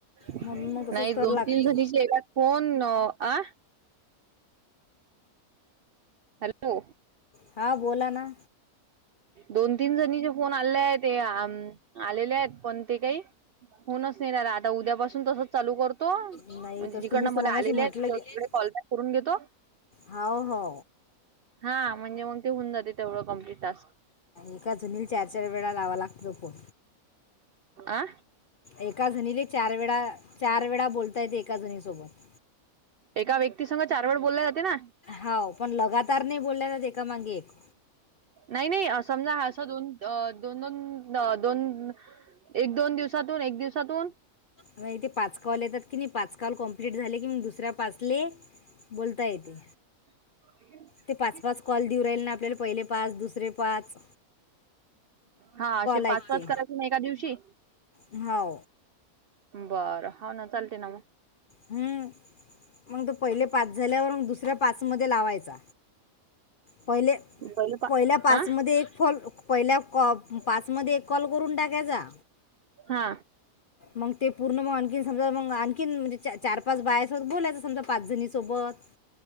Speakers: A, on the right; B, on the left.
A: नाही
B: म्हणून मग तसंच कर
A: दोन
B: लागते.
A: तीन जणीची ए फन आ हॅलो!
B: हां बोला ना.
A: दोन तीन जणी जे फोन आले आहेत ते अ आलेले आहेत पण ते काही होनच नाही राला आता उद्यापासून तसच चालू करतो म्हणजे
B: नंबर आलेले आहेत
A: जिकडनं मला आलेले आहे कॉल बॅक करून घेतो.
B: होाव हो.
A: हा म्हणजे मग ते होन जाते तेवढं कम्प्लीट टास्क.
B: एका जणील चार चार वेळा लावा लागतो पोण
A: आं
B: एका झणीले चार वेळा चार वेळा बोलता येते एका झणी सोबत
A: एका व्यक्तीसघ चार वेळ बोलले जाते ना.
B: होा पण लगातार नाही बोलल्याच एका मागे एक
A: नाही नाही समजा असं दोन अ दोन दोन दोन एक दोन दिवसातून एक दिवसातून
B: मग इ तेे पाच कॉल येतात की नाही पाच कॉल कम्प्लीट झाले की मग दुसऱ्या पाचले बोलता येते.
A: होे.
B: ते पाच पाच कॉल देऊ राहिल ना आपल्याला पहिले पाच दुसरे पास
A: हा असे
B: आहेत
A: पाच पाच
B: ते
A: करायचे ना एका दिवशी.
B: हो
A: बरं होा ना चालते ना म
B: हम्म. मग तो पहिले पाच झाल्यावर मग दुसऱ्या पाच लायचा प
A: पहिले पा
B: पहि पाच
A: आ
B: म पहिल्या कॉ पाचमध्ये एक कॉल करून टाकायचा
A: हा
B: मग ते पूर्ण मग आणखी समजा मग आणखीन म्हणजे चार पाच बायसोबत बोलायचं समजा पाच जणी सोबत